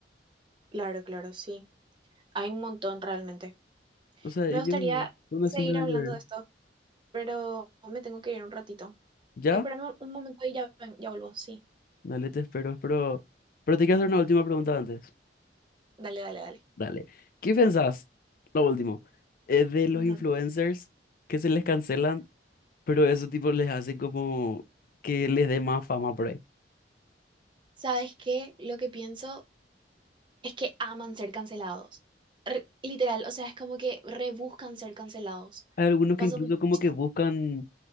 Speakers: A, on the right; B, on the left.
A: Claro, claro, sí. Hay un montón realmente.
B: O sea,
A: Me
B: ellos
A: gustaría
B: son
A: seguir
B: así nada
A: hablando
B: que ver.
A: de esto, pero me tengo que ir un ratito.
B: ¿Ya?
A: Espérame un momento y ya, ven- ya vuelvo. Sí,
B: Dale, te espero, pero... Pero te quiero hacer una última pregunta antes.
A: dale, dale, dale.
B: Dale. ¿Qué pensás, lo último, eh, de los
A: Ujú.
B: influencers que se les cancelan, pero eso tipo les hace como que les dé más fama por ahí?
A: ¿Sabes qué? Lo que pienso es que aman ser cancelados. Re- literal, o sea, es como que rebuscan ser cancelados.
B: Hay algunos
A: Pasa
B: que incluso
A: muchísimo.
B: como que buscan